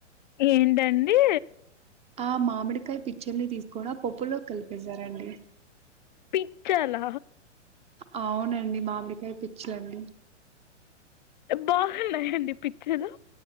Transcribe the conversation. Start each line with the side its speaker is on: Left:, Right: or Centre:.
Left: ఏంటండి
Right: ఆ మామిడికాయ పిచ్చల్ని తీసుకో పప్పులోకి కలిపేశారండి
Left: పిచ్చాల
Right: అవునండి మామకాయి పిచ్చలేండి
Left: బాగున్నాయండి పిచ్చలు